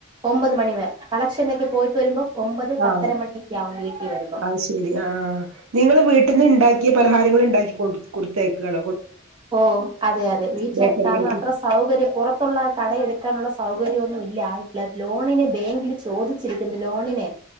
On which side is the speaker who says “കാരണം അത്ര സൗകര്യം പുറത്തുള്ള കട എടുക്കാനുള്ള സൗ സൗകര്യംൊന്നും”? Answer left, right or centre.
Right